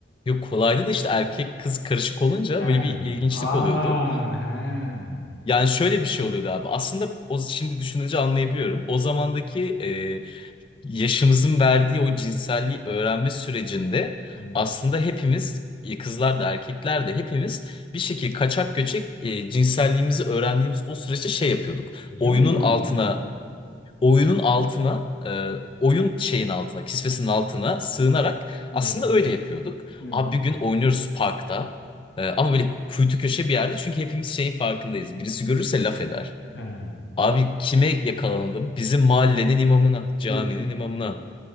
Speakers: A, on the left; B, on the left.
A: yok kolaydı da işte erkek kız karışık olunca
B: He.
A: böyle bir ilginçlik
B: Aa
A: oluyordu.
B: he.
A: Yani şöyle bir şey oluyordu abi. Aslında o, şimdi düşününce anlayabiliyorum. O zamandaki e, yaşımızın verdiği o cinselliği öğrenme sürecinde
B: Evet.
A: aslında hepimiz e, kızlar da erkekler de hepimiz bir şekilde kaçak göçek e, cinselliğimizi öğrendiğimiz o süreçte şey yapıyorduk.
B: Yanıyoruz
A: Oyunun altına
B: ya.
A: oyunun altına e, oyun şeyin altına kisvesinin altına sığınarak
B: Evet.
A: aslında öyle yapıyorduk.
B: Evet.
A: Abi bir gün oynuyoruz parkta e, ama böyle kuytu köşe bir yerde çünkü hepimiz şeyin farkındayız. Birisi görürse laf eder.
B: He.
A: Abi kime yakalanalım? Bizim mahallenin imamına, caminin
B: Oh.
A: imamına.